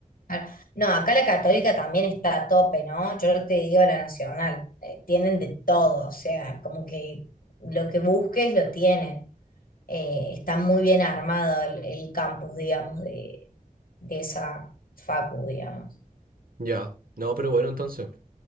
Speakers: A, on the left; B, on the right.
A: Claro. No, acá la católica también está a tope, ¿no? Yo no te digo la nacional, eh, tienen de todo, o sea, como que lo que busques lo tienen. Eh, está muy bien armado el, el campus, digamos, de, de esa facu, digamos.
B: Ya, no, pero bueno, entonces.